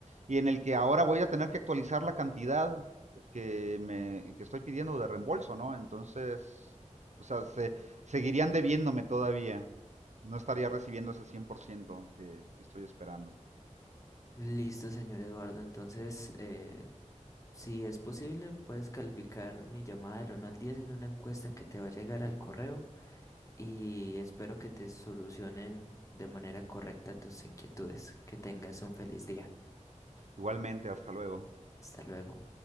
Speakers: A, on the right; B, on the left.
A: y en el que ahora voy a tener que actualizar la cantidad que me que estoy pidiendo de reembolso, ¿no? Entonces, o sea, se, seguirían debiéndome todavía. No estaría recibiendo ese 100% que, que estoy esperando.
B: Listo, señor Eduardo. Entonces, eh, si es posible, puedes calificar mi llamada del uno al 10 en una encuesta que te va a llegar al correo y espero que te solucionen de manera correcta tus inquietudes. Que tengas un feliz día.
A: Igualmente, hasta luego.
B: Hasta luego.